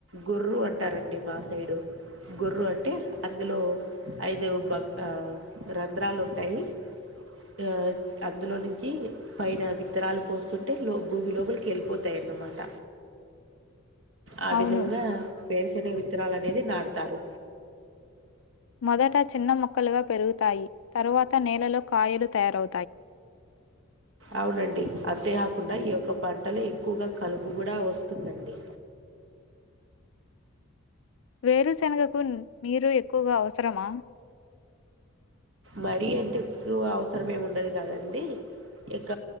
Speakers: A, on the right (about 75°); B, on the left (about 75°).
A: గొర్రు అంటారండి మా సైడు గొర్రు అంటే అందులో ఐదు బ ఆ రంధ్రాలుంటాయి ఆ అందులో నించి పైన విత్తనాలు పోస్తుంటే లో భూమి లోపలికి వెళ్ళిపోతాయన్నమాట ఆ
B: అవును
A: విధంగా వేరుశనగ విత్ త్తనాలు అనేది నాటుతారు
B: మొదట చిన్న మొక్కలుగా పెరుగుతాయి తరువాత నేలలో కాయలు తయరౌ
A: అవునండి అంతే <inaudible> కుండా ఈ యొక్క పంటలో ఎక్కువగా కలుపు కూడా వస్తుందండి
B: వేరుశనగకు నీరు ఎక్కువగా అవసరమా
A: మరీ ఎంత ఎక్కువ అవసరం ఏం ఉండదు కానండి ఇక